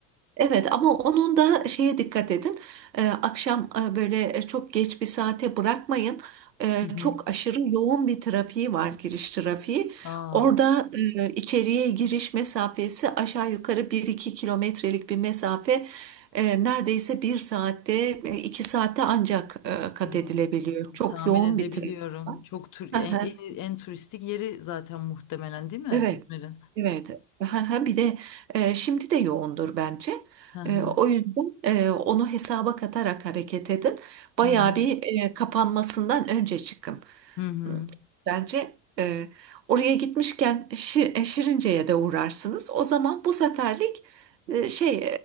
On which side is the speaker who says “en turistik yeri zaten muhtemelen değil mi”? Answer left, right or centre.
Left